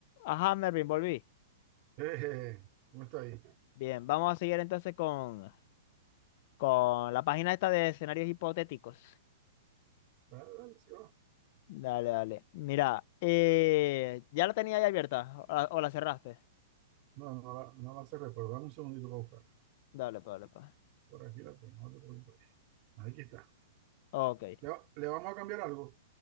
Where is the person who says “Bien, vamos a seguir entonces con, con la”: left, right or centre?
Left